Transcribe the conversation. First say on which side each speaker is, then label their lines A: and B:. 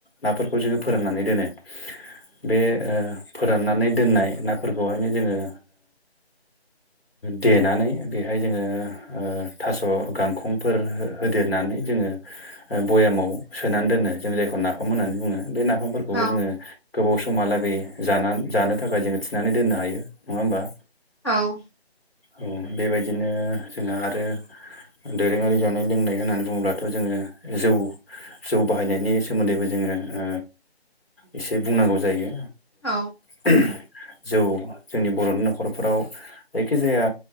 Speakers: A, on the left (about 65°); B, on the left (about 25°).
A: नाफोरखौ जोङो फोराननानै दोनो बे ओ फोराननानै दोननाय ना फोरखौहायनो ओ जोङो देनानै बेहाय जोङो ओ थास' गां खंफोर हो होदेरनानै जोङो भयामाव सोनानै दोनो जों जायखौ नाफाम होननानै बुङो बे नाफामफोरखौबो
B: औ
A: जोङो गोबाव समहालागै ज जानो थाखाय जोङो थिनानै दोननो हायो नङा होमबा
B: औ
A: औ बेबायदिनो जोंहा आरो दोरोंङारि जानाय लोंनाय होननानै बुंङोब्लाथ' जोंङो जौ जौ बाहायनायनि सोमोन्दैबो जोंङो ओ एसे बुंनांगौ जायो
B: औ
A: <unintelligible> जौ जोंनि बर'नि न'खरफोराव जायखिजाया